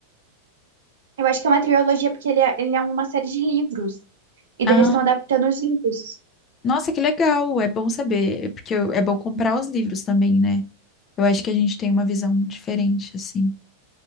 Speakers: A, on the right (about 60°); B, on the left (about 25°).
A: Eu acho que é uma trilogia porque ele é, ele é uma série de livros e
B: Ah,
A: daí eles estão adaptando os livros.
B: nossa, que legal! É bom saber, porque eu- é bom comprar os livros também, né? Eu acho que a gente tem uma visão diferente, assim,